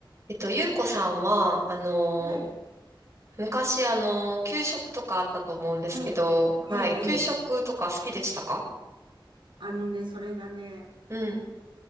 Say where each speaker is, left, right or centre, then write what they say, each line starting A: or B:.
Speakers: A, on the right; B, on the right.
A: えっと、ゆうこさんは、あの
B: はい。
A: 昔、あの給食とかあったと思うんですけど、
B: はい。ええ、
A: はい。
B: ええ。
A: 給食とか好きでしたか
B: あのね、それがね、
A: うん。